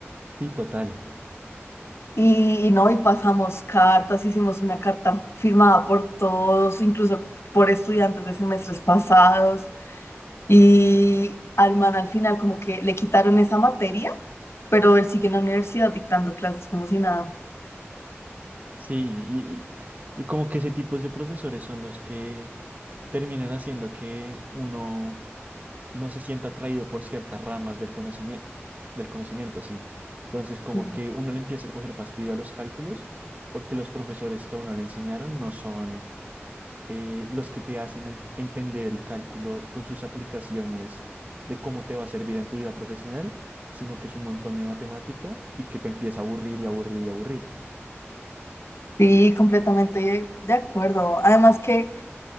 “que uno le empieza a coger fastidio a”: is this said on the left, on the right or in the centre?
Right